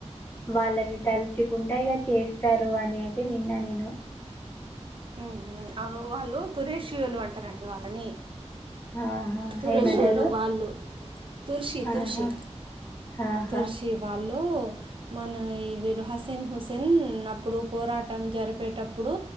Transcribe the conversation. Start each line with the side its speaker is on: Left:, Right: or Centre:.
Left: వాళ్ళని తలుచుకుంటే ఇలా చేస్తారు అని అయితే విన్నా నేను
Right: ఉ అవును వాళ్ళు తురేషీళ్లు అంటారండి వాళ్ళని
Left: ఆహా,
Right: తురుషలు
Left: ఏమంటారు
Right: వాళ్ళు తుర్షి తుర్షి
Left: ఆహా, ఆహా,
Right: తుర్షి వాలు మన వీళ్ళు హసేన్ హుసేన్ అప్పుడు పోరాటం జరిపేటప్పుడు